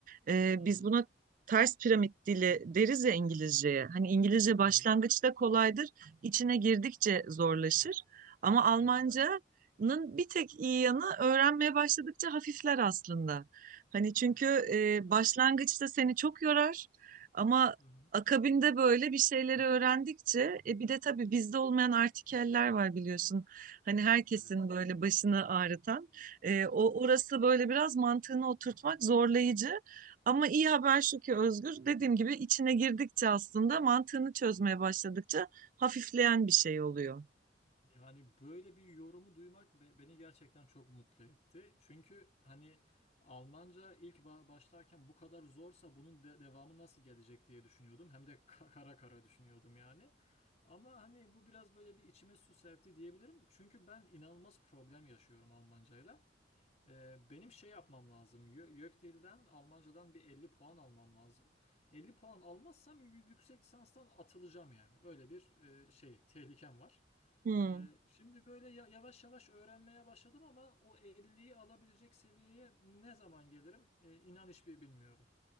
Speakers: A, on the right; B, on the left.
A: Ee,
B: Hı
A: biz
B: hı.
A: buna ters piramit dili deriz ya İngilizceye. Hani İngilizce başlangıçta
B: Hı hı.
A: kolaydır, içine girdikçe zorlaşır. Ama Almanca'nın
B: Evet.
A: bir tek iyi yanı öğrenmeye başladıkça hafifler aslında. Hani çünkü
B: Hı
A: e, başlangıçta seni çok yorar ama
B: hı.
A: Akabinde böyle bir şeyleri öğrendikçe e, bir de tabii bizde olmayan artikeller var biliyorsun. Hani herkesin
B: Evet.
A: böyle başını ağrıtan. E, o orası böyle biraz mantığını oturtmak zorlayıcı. Ama iyi haber şu ki Özgür dediğim gibi içine girdikçe aslında mantığını çözmeye başladıkça hafifleyen bir şey oluyor.
B: Yani böyle bir yorumu duymak be- beni gerçekten çok mutlu etti. Çünkü hani Almanca ilk ba- başlarken bu kadar zorsa bunun de- devamı nasıl gelecek diye düşünüyordum. Hem de <laughs> ka- kara kara düşünüyordum yani. Ama hani bu biraz böyle bir içime su serpti diyebilirim. Çünkü ben inanılmaz problem yaşıyorum Almancayla. Ee, benim şey yapmam lazım. Yö- YÖKDİL'den Almancadan bir 50 puan almam lazım. 50 puan almazsam y- yüksek lisanstan atılacağım yani. Öyle bir e, şey tehlikem var.
A: Hmm.
B: Ee, şimdi böyle ya- yavaş yavaş öğrenmeye başladım ama o elliyi alabilecek seviyeye ne zaman gelirim? Ee, inan hiçbir bilmiyorum.